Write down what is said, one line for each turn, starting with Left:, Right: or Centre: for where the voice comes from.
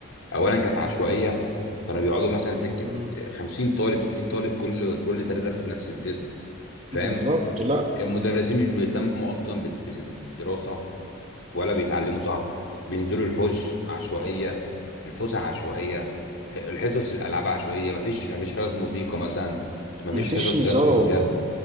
Left: أولا كانت عشوائية كانوا بيقعدوا مثلا سكة
Right: مم.
Left: 50 طالب 60 طالب كل كل ثلاثة في نفس الديسك فاهم
Right: بالظبط لا
Left: المدرسين مش بيهتموا أصلا بال- بالدراسة ولا بيتعلموا صح بينزلوا الحوش عشوائية الفسح عشوائية ح- الحصص الألعاب عشوائية مفيش مفيش حصص موسيقى مثلا مفيش
Right: مفيش
Left: حصص
Right: نظام
Left: رسم بجد